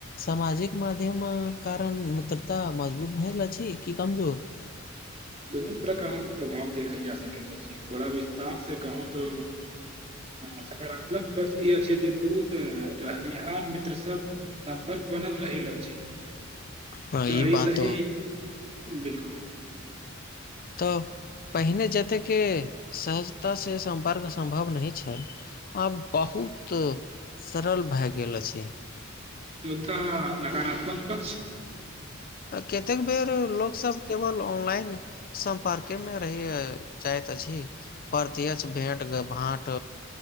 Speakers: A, on the left; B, on the right.
A: सामाजिक माध्यम कारण मित्रता मज भेल अछि की कमजोर
B: <inaudible> दुनू प्रकारक प्रभाव देखल जा सकै त अछी थोड़ा विस्तार से कहू तो आ सकारात्मक पथ ई अछि जे दूर रहनिहार मित्रसभ सम्पर्क बनल रहल छी
A: हँ
B: तऽ
A: ई
B: एहिऐ
A: बात
B: सही
A: तऽ
B: बिलकुल
A: तऽ पहिने जतेकके सहज तऽ से सम्पर्क सम्भव नहि छल आब बहुत सरल भए गेल अछि छी
B: युद्ध नकाराात्मक पच
A: कतेक बेर लोक सब केवल ऑनलाइन सम्पर्के मे रहैय जाइत अछि परतीच भेट भाँट